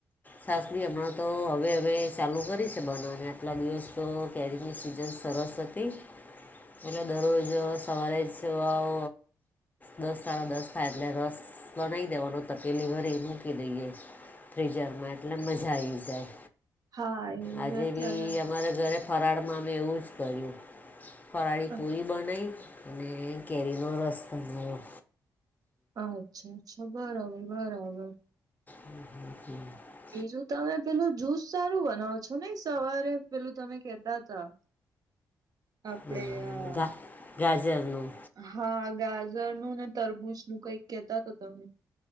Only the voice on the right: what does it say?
હા એ હવે
અત્યારે
અ
અચ્છા-અચ્છા, બરાબર-બરાબર.
બીજુ તમે પેલુ જૂસ સારુ બનાવો છો ને, સવારે પેલુ તમે કેતા તા. આપડે
આ
હા ગાજરનુ ને તરબૂજ નું કઈક કેતા તા તમે.